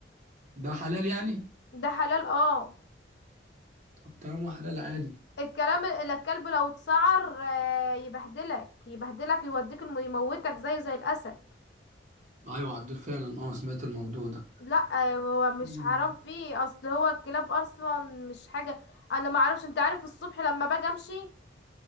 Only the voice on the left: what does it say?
ده حلال اه
الكلام اللي الكلب لو اتسعر آه، يبهدلك يبهدلك يوديك الم- يموتك زي زي الاسد
لا هو مش
حرام فيه اصل هو الكلاب اصلا مش حاجه انا ما اعرفش انت عارف الصبح لما باجي امشي